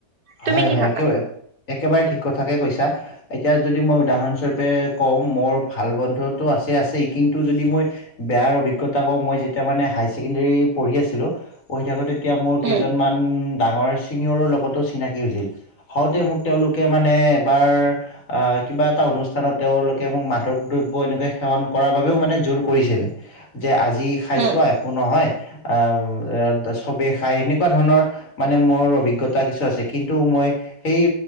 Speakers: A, on the right; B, on the left.
A: তুমি
B: হয়
A: কি
B: হয়
A: ভাবা
B: একেবাৰে একেবাৰে ঠিক কথাকে কৈছা এতিয়া যদি মই উদাহৰণ। স্বৰূপে কওঁ মোৰ ভাল বন্ধুতটো আছেই আছেই কিন্তু যদি মই বেয়াৰ অভিজ্ঞতা কওঁ মই যেতিয়া মানে হাইাৰ ছেকেণ্ডেৰী পঢ়ি আছিলো পঢ়ি থাকোঁতে। তেতিয়া মোৰ
A: উম
B: কেইজনমান। ডাঙৰ চিনিয়ৰৰ লগতো। চিনাকি হৈছিল হওঁতে মোক তেওঁলোকে মানে এবাৰ কিবা এটা অনুষ্ঠানত তেওঁলোকে মোক মাদক দ্ৰব্য এনেকুৱা সেৱন কৰাৰ বাবেও মানে জোৰ কৰিছিল।। যে আজি খাইছোঁ
A: উম
B: আৰু একো নহয়।। অ চবেই খাই সেনেকুৱা ধৰণৰ মানে মোৰ অভিজ্ঞতা কিছু আছে। কিন্তু মই সেই